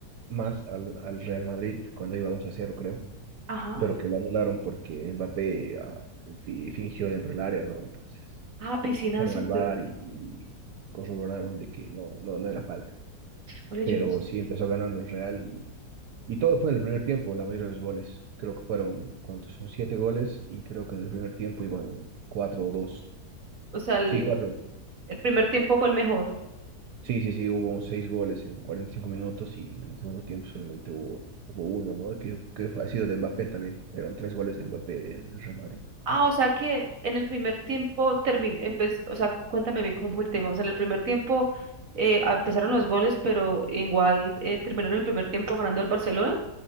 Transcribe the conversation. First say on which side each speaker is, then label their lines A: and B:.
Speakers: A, on the right; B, on the right.
A: más al, al Real Madrid cuando iba 2 a cero, creo.
B: Ajá.
A: pero que lo anularon porque Mbappé ah, fi- fingió dentro del área, ¿no? Entonces
B: Ah, piscina
A: fueron
B: azul.
A: al VAR y, y corroboraron de que no, no, no era falta.
B: Oye,
A: Pero
B: yo no-
A: sí empezó ganando el Real y, y todo fue en el primer tiempo, la mayoría de los goles. Creo que fueron, ¿cuántos? Son siete goles y creo que en el primer tiempo iban cuatro o dos.
B: O sea, el,
A: Sí, cuatro.
B: el primer tiempo fue el mejor.
A: Sí, sí, sí, hubo seis goles en 45 minutos y en el segundo tiempo solamente hubo, hubo uno, ¿no? Que, que ha sido de Mbappé también. Eran tres goles de Mbappé del Real Madrid.
B: Ah, o sea que en el primer tiempo terminó, o sea, cuéntame bien cómo fue el tema. O sea, en el primer tiempo eh, ah, empezaron los goles, pero igual eh, terminaron el primer tiempo ganando el Barcelona